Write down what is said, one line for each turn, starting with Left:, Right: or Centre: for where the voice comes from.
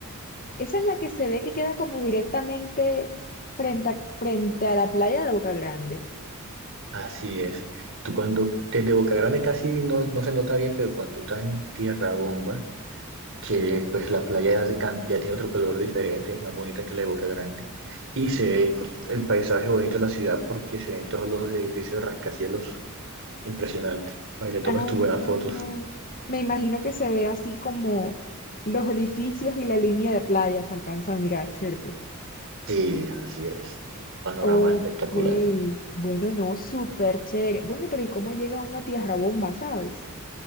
Left: esa es la que se ve que queda como directamente frente a, frente a la playa de Boca Grande.
Right: Así es. Tú cuando, desde Boca Grande casi no, no se nota bien, pero cuando tú estás en Tierra Bomba, que pues la playa ya, se cam- ya tiene otro color diferente, más bonita que la de Boca Grande. Y se ve el paisaje bonito de la ciudad porque se ven todos los edificios rascacielos impresionantes Para que le tomes
Left: Ah,
Right: tus buenas fotos.
Left: me imagino que se ve así como los edificios y la línea de playa se alcanza a mirar, ¿cierto?
Right: Sí, así es. Un panorama
Left: Ok,
Right: espectacular.
Left: bueno, no, súper chévere. Bueno, pero ¿y cómo llega uno a Tierra Bomba, sabes?